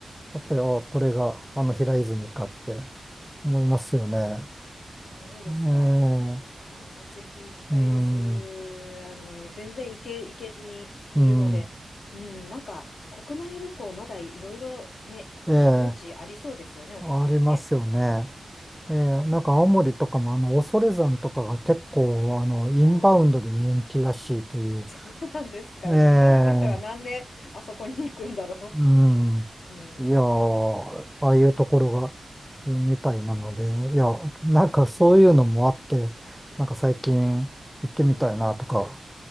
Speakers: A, in the centre; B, on the left (about 85°).
A: っぱり、ああ、これがあの平泉かって思いますよね。
B: そうですか。
A: ええ
B: ああ、ぜひ行きたいです。
A: うん、ん
B: あの、全然行け、行けずにいるので、
A: うん、
B: うん、なんか、国内旅行、まだいろいろね、
A: ええ
B: 行く余地ありそうですよね、お互いにね。
A: ありますよね。ええなんか青森とかもあの、
B: うん、
A: 恐山とかが結構あの、インバウンドで人気らしいという。
B: おお、<laughs> そうなんですか。
A: ええ
B: インバウンドの人がなんであそこに行くんだろ
A: うん。
B: う。<laughs> うん、
A: いやー、ああいうところが、みたいなので、いや、なんかそういうのもあって、なんか最近行ってみたいなとか
B: うん、うん。